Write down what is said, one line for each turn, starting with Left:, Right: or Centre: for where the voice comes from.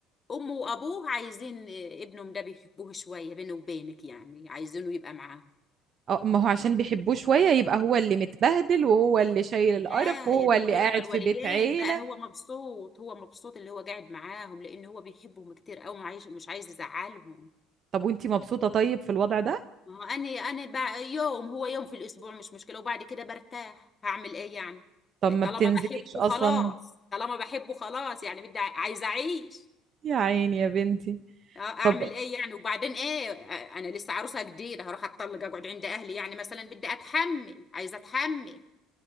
Left: امه وابوه عايزين آه، ابنهم ده بيحبوه شويه بينه وبينك يعني عايزينه يبقى معاه
Right: اه ما هو عشان بيحبوه شويه يبقى هو اللي متبهدل وهو اللي شايل
Left: لا
Right: القرف وهو
Left: يا بنت
Right: اللي
Left: رضا
Right: قاعد
Left: الوالدين
Right: في بيت عيله
Left: بقى هو مبسوط هو مبسوط اللي هو قاعد معاهم لان هو بيحبهم كتير قوي وعايش مش عايز يزعلهم
Right: طب وانت مبسوطه طيب في الوضع ده
Left: ما هو انا انا بقى يوم هو يوم في الاسبوع مش مشكله وبعد كده برتاح هعمل ايه يعني
Right: طب ما
Left: طالما
Right: بتنزليش
Left: بحبه
Right: اصلا
Left: خلاص طالما بحبه خلاص يعني بدي عايزه اعيش
Right: يا عيني يا بنتي
Left: اه اعمل
Right: طب
Left: ايه يعني وبعدين ايه آه، انا لسه عروسه جديده هروح اتطلق اقعد عند اهلي يعني مثلا بدي اتحمل عايزه اتحمل